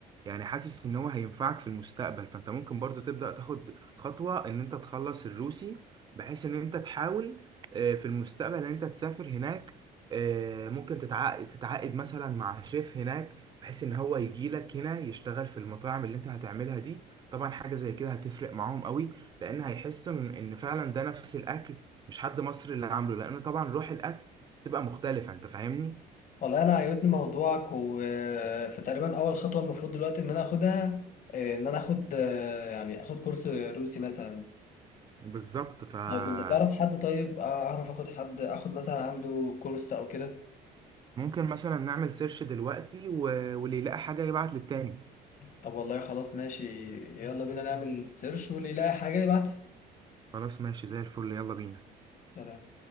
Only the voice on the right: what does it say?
يعني حاسس إن هو هينفعك في المستقبل فأنت ممكن برضو تبدأ تاخد خطوة إن أنت تخلص الروسي بحيث إن أنت تحاول آه، في المستقبل إن أنت تسافر هناك آه، ممكن تتعقد تتعاقد مثلا مع شيف هناك بحيث إن هو يجي لك هنا يشتغل في المطاعم اللي أنت هتعملها دي طبعا حاجة زي كده هتفرق معاهم قوي لان هيحسوا ان إن فعلا ده نفس الاكل مش حد مصري اللي عامله لان طبعا روح الاكل بتبقى مختلفه انت فاهمني
بالظبط فممكن
مثلا نعمل سيرش دلوقتي و... واللي يلاقي حاجه يبعت للتاني
خلاص ماشي زي الفل يلا بينا